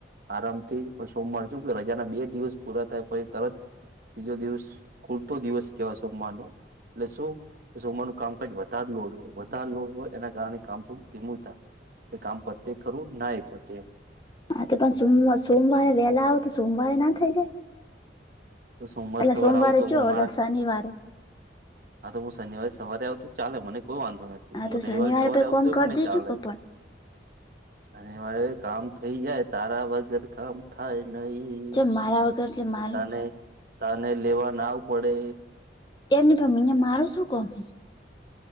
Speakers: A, on the right; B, on the left.
A: આરામથી પણ સોમવાર સુ કે રજાના બે દિવસ પૂરા થાય પછી તરત ત્રીજો દિવસ ખુલતો દિવસ કેવાય સોમરનો એટલે શું સોમાનું કામકાજ વધાર લોડ હોય વધારે લોડ હોય એના કારણે કામ થોડ ધીમું થાય. એટલે કામ પતે ખરું ના એ પતે એમ.
B: હા તો પણ સમ સોમવારે વહેલા આવ તો સોમવારે ના થઇ જાય.
A: એમ સોમવાર
B: એલા
A: સવારે
B: સોમવારે
A: આવું તો
B: ચો
A: હું મારા
B: શનિવારે
A: હા તો હું શનિવારે સવારે આવતો ચાલે મને કોઈ વાંધો નથી
B: હા
A: હું
B: તો
A: રવિવારે
B: શનિવારે
A: સવારે
B: પે
A: આવુ
B: કોમ
A: તો એ
B: કરી
A: મને
B: દેજો
A: ચાલે.
B: કે પણ
A: શનિવારે કામ થઈ જાય તારા વગર કામ થાય નહી
B: કેમ મારા વગર કે મારું
A: તને તને લેવા ના આવુ પડે
B: એમની પ અહીંયા મારો શું કોમ-